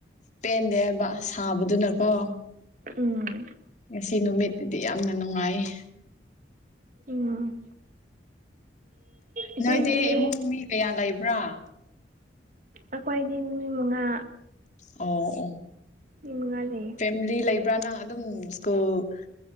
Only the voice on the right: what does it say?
ꯎꯝ
ꯎꯝ ꯏꯆꯦꯗꯤ
ꯑꯩꯈꯣꯏꯗꯤ ꯃꯤ ꯃꯉꯥ
ꯃꯤ ꯃꯉꯥ ꯂꯩꯌꯦ